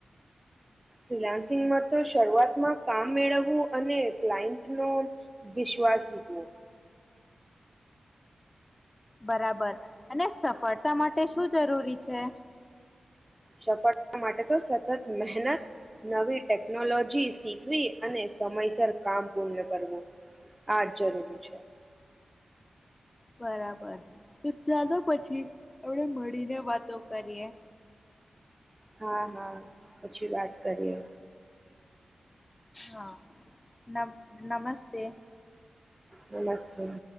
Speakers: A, on the right; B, on the left.
A: ફ્રીલાન્સિંગમાં તો શરૂઆતમાં કામ મેળવવું અને ક્લાયન્ટ નો વિશ્વાસ જીતવો.
B: બરાબર. અને સફળતા માટે તે શું જરૂરી છે?
A: સફળતા માટે તો સતત મહેનત, નવી ટેક ટેકનોલોજી શીખવી અને સમયસર કામ પૂર્ણ કરવું, આ જ જરૂરી છે.
B: બરાબર, તો ચાલો પછી આપણે મળીને વાતો કરીએ.
A: હા હા. પછી વાત કરીએ.
B: હા નમ નમસ્તે.
A: નમસ્તે. <inaudible>